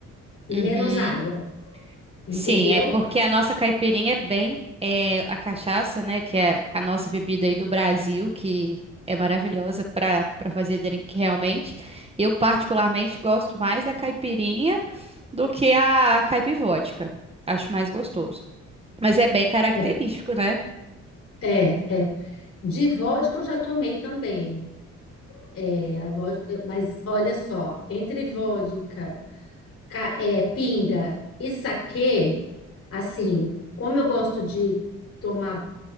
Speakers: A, on the left (about 50°); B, on the right (about 20°).
A: e
B: uhum.
A: menos água, entendeu?
B: Sim, é porque a nossa caipirinha é bem é, a cachaça, né? Que é a nossa bebida aí do Brasil, que é maravilhosa para para fazer drink realmente. Eu particularmente gosto mais da caipirinha do que a caipivódica. Acho mais gostoso. Mas é bem característico,
A: É,
B: né?
A: é, é. De vodka eu já tomei também. É, a vodka, mas olha só, entre vodka, ca- é, pinga e saquê, assim, como eu gosto de tomar